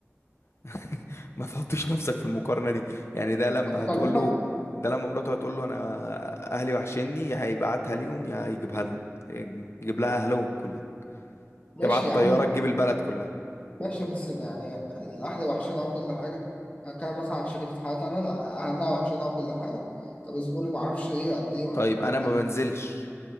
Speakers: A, on the left; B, on the left.
A: <laughs> ما تحطش نفسك في المقارنة دي يعني ده لما
B: طب بكلمك
A: هتقول له ده لما مراته هتقول له انا اهلي وحشني يا هيبعتها ليهم يا هيجيبها لهم يجيب لها اهله كلها
B: ماشي
A: يبعت
B: يا عم
A: طيارة تجيب البلد كلها
B: ماشي بس يعني الأهل وحشنا وكل حاجة هتكلم مثلا عن شركة حياتي أنا لا، أهلها وحشنا وكل حاجة طب اصبري معرفش إيه قد إيه
A: طيب انا
B: قد
A: ما
B: إيه
A: بنزلش